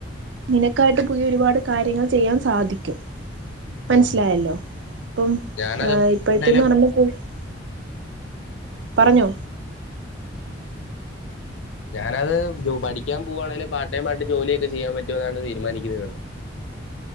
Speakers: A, on the right; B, on the left.
A: നിനക്കായിട്ട് പുതിയ ഒരുപാട് കാര്യങ്ങൾ ചെയ്യാൻ സാധിക്കും മനസ്സിലായല്ലോ
B: ആഹ്
A: ഇപ്പം
B: ഞാനത്
A: ഇപ്പോഴത്തെന്ന്
B: ആണേലും
A: പറയുമ്പോ <unintelligible> പറഞ്ഞോ
B: ഞാനത് പഠിക്കാൻ പോവാണെങ്കിലും പാർട്ട് ടൈം ആയിട്ട് ജോലിയൊക്കെ ചെയ്യാൻ പറ്റുമോ എന്നാണ് തീരുമാനിക്കുന്നതു